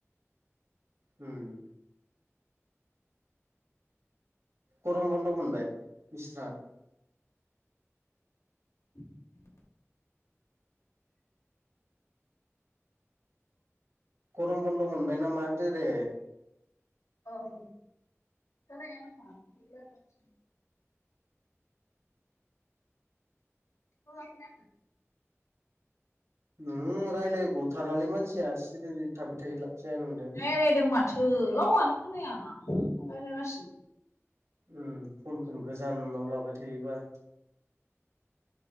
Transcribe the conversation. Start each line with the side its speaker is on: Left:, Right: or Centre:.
Right: उम गरम बनद मोनबाय बिस्रा?
Left: उम
Right: गरम बन्द' मोनबाय नामा होनदो रे?
Left: <unintelligible> र'लाय खोनायाखै
Right: उम रायलायगथारालै मानसिया सिरि थाबाय थायो लाब जाया नोंदो।
Left: रायलायदों माथो गावहानो खोनाया रायलायगासिनो।
Right: उम फनखौनो गोजानाव लाबाय थायोबा।